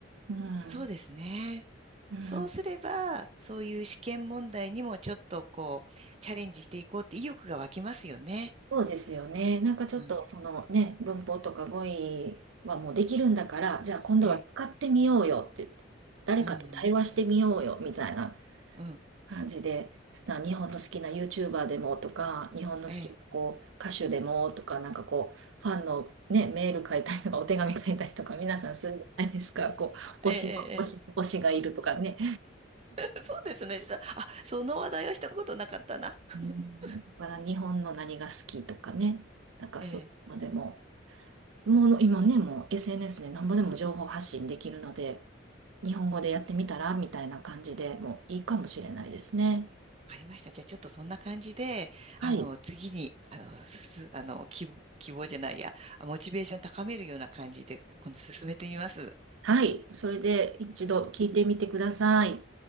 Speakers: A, on the right; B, on the right.
A: うん、
B: そうですね。
A: うん
B: そうすれば、そういう試験問題にもちょっとこう、チャレンジしていこうって意欲が湧きますよね。
A: そうですよね。なんかちょっとそのね、
B: うん。
A: 文法とか語彙はもうできるんだから、じゃあ今度は使ってみようよって言って、
B: ええ、
A: 誰かと対話してみようよみたいな
B: うん、うん、うん
A: 感じで、な日本の好きな YouTuber でもとか、日本の好きなこう歌手でもとか、
B: ええ、
A: なんかこう、ファンの、ね、メール書いたりとか、お手紙書いたりとか、皆さんするじゃないですか、こう、
B: ええ、
A: 推しの、推し、
B: え
A: 推しがいるとかね。
B: え。<laughs> そうですね。したあ、その話題はしたことなかったな。<laughs>
A: うんだから日本の何が好きとかね、なんかそういうのでも。
B: ええ、
A: もう今ね、もう SNS でなんぼでも情報発信できるので、日本語でやってみたらみたいな感じでもういいかもしれないですね。
B: わかりました。じゃあちょっとそんな感じで、
A: はい。
B: あの、次に、あの、すす、あの、希望、希望じゃないや、モチベーション高めるような感じで、今度進めてみます。
A: はい。それで一度聞いてみてください。